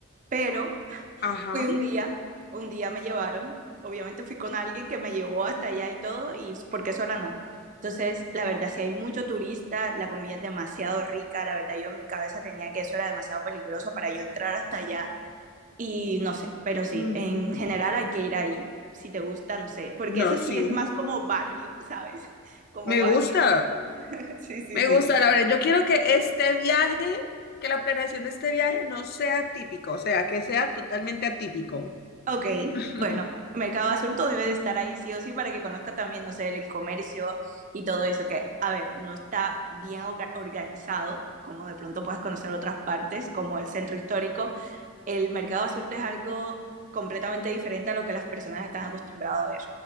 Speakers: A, on the right; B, on the left.
A: pero
B: ajá,
A: fui un día, un día me llevaron, obviamente fui con alguien que me llevó hasta allá y todo, y porque sola no. Entonces, la verdad, si hay mucho turista, la comida es demasiado rica, la verdad, yo en mi cabeza tenía que eso era demasiado peligroso para yo entrar hasta allá, y no sé, pero sí,
B: ujú.
A: en general hay que ir ahí, si te gusta, no sé, porque eso
B: No,
A: sí
B: sí,
A: es más como barrio, <laughs> ¿sabes? Como
B: me
A: barrio,
B: gusta.
A: <laughs> sí, sí,
B: Me
A: sí.
B: gusta, Lauren. Yo quiero que este viaje, que la planeación de este viaje no sea típico, o sea, que sea totalmente atípico.
A: Ok,
B: <laughs>
A: mercado adulto debe de estar ahí sí o sí para que conozca también, no sé, el comercio y todo eso, que, a ver, no está bien organizado, como de pronto puedes conocer otras partes, como el centro histórico. El mercado adulto es algo completamente diferente a lo que las personas están acostumbradas a ver.